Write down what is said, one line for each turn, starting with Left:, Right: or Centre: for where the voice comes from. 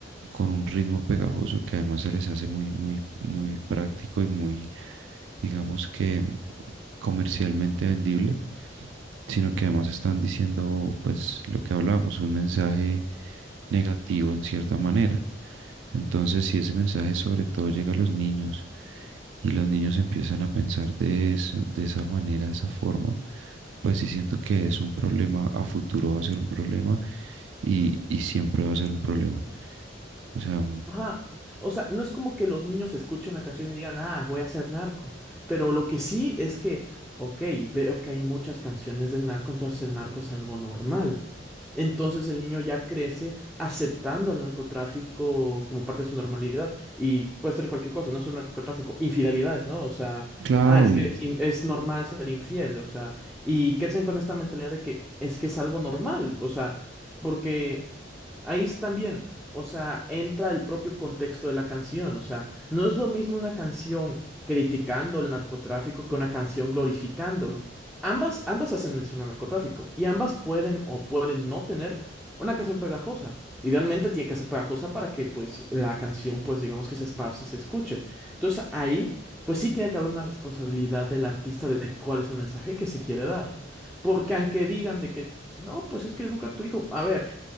Right: con un ritmo pegajoso que además se les hace muy, muy, muy práctico y muy, digamos que comercialmente vendible, sino que además están diciendo pues lo que hablábamos, un mensaje negativo en cierta manera. Entonces, si ese mensaje sobre todo llega a los niños y los niños empiezan a pensar de, eso, de esa manera, de esa forma, pues sí siento que es un problema, a futuro va a ser un problema y, y siempre va a ser un problema. O sea,
Centre: Ajá. O sea, no es como que los niños escuchen la canción y digan, ah, voy a ser narco. Pero lo que sí es que, ok, veo que hay muchas canciones del narco, entonces el narco es algo normal. Entonces el niño ya crece aceptando al narcotráfico como parte de su normalidad. Y puede ser cualquier cosa, no solo narcotráfico, infidelidades, ¿no? O sea,
Right: claro,
Centre: ah, es que es in- es normal ser infiel, o sea, y crecen con esta mentalidad de que es que es algo normal, o sea, porque ahí es también o sea, entra el propio contexto de la canción. O sea, no es lo mismo una canción criticando el narcotráfico que una canción glorificándolo. Ambas, ambas hacen mención al narcotráfico y ambas pueden o pueden no tener una canción pegajosa. Idealmente tiene que ser pegajosa para que pues la canción pues digamos que se esparce y se escuche. Entonces ahí pues sí tiene que haber una responsabilidad del artista de de cuál es el mensaje que se quiere dar. Porque aunque digan de que no, pues es que educa a tu hijo. A ver.